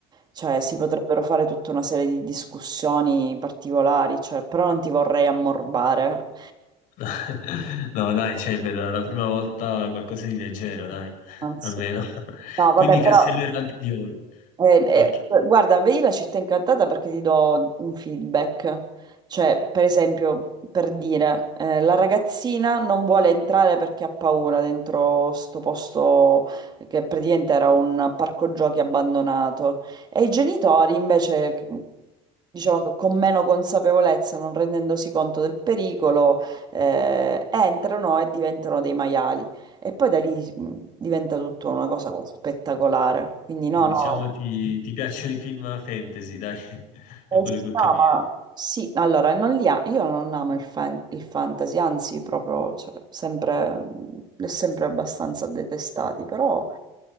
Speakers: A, on the right (about 30°); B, on the left (about 60°).
A: cioè, si potrebbero fare tutta una serie di discussioni particolari, cioè, però non ti vorrei ammorbare.
B: <laughs> No, dai, cioè, per la prima volta qualcosa di leggero, dai,
A: Anzi,
B: almeno. <laughs>
A: no,
B: Quindi
A: vabbè,
B: Castello
A: però.
B: Errante di Hall.
A: Eh,
B: Ok,
A: eh, guarda, vedi la città incantata perché ti do un feedback. Cioè, per esempio, per dire, eh, la ragazzina non vuole entrare perché ha paura dentro sto posto che praticamente era un parco giochi abbandonato. E i genitori invece, diciamo, che con meno consapevolezza, non rendendosi conto del pericolo, eh, entrano e diventano dei maiali. E poi da lì mh, diventa tutto una cosa spettacolare. Quindi no,
B: diciamo
A: no.
B: ti, ti piacciono i film fantasy, dai, <laughs>
A: Come
B: da quello
A: si
B: che ho
A: chiama?
B: capito.
A: Sì, allora, non li ha- io non amo il, fan- il fantasy, anzi, proprio, cioè, sempre, l'ho sempre abbastanza detestati, però